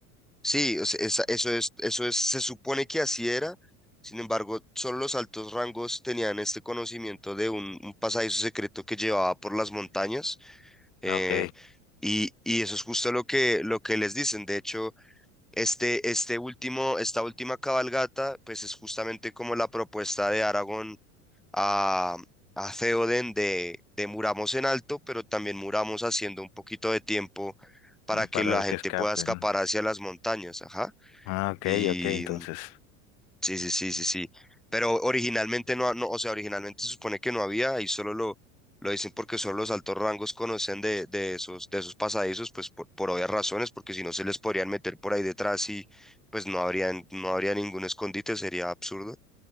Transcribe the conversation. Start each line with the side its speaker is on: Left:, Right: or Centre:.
Centre: Sí, o sea, esa- eso es, eso es, se supone que así era. Sin embargo, solo los altos rangos tenían este conocimiento de un, un pasadizo secreto que llevaba por las montañas. eh,
Left: Ok.
Centre: y, y eso es justo lo que, lo que les dicen. De hecho, este, este último, esta última cabalgata, pues es justamente como la propuesta de Aragón a, a Theoden de, de muramos en alto, pero también muramos haciendo un poquito de tiempo para que
Left: para
Centre: la gente
Left: que escapen.
Centre: pueda escapar hacia las montañas. Ajá.
Left: Ah, ok,
Centre: Y
Left: ok, entonces.
Centre: mm, sí, sí, sí, sí, sí. Pero originalmente no, ha- no, o sea, originalmente se supone que no había, y solo lo, lo dicen porque solo los altos rangos conocen de, de esos, de esos pasadizos, pues por, por obvias razones, porque si no se les podrían meter por ahí detrás y pues no habrían, no habría ningún escondite, sería absurdo.